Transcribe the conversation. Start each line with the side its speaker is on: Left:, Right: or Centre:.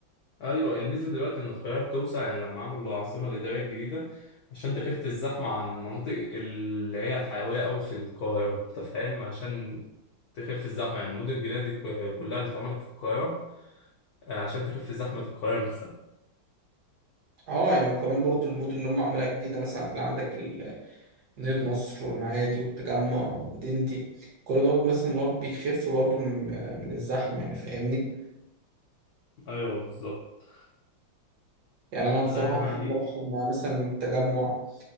Left: ايوه الميزه دلوقتي ان القاهره بتوسع يعني لما عملوا العاصمه الاداريه الجديده عشان تخف الزحمه عن المناطق اللي هي الحيويه قوي في القاهره انت فاهم عشان تخف الزحمه يعني المدن الجديده دي ك- كلها اللي اتعملت في القاهره آه، عشان تخف زحمه القاهره نفسها
Right: اه يعني كمان برضه المدن اللي هم عاملاها جديدة مثلا هتلاقي عندك ال- مدينة نصر والمعادي والتجمع ومدينتي كل دوت مثلا اللي هو بيخف برضه من من الزحمة يعني فاهمني
Left: ايوه بالظبط
Right: يعني انا بصراحه
Left: آه، يعني
Right: بحب اروح مع مثلا تجمع